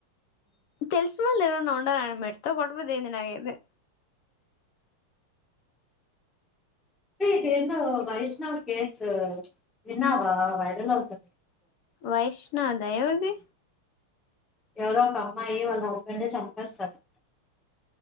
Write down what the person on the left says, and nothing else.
తెలిసిన వాళ్ళు ఎవరన్నా ఉండాల మెట్త కొడబదేంది నాగైతే
వైష్ణదా ఎవరిది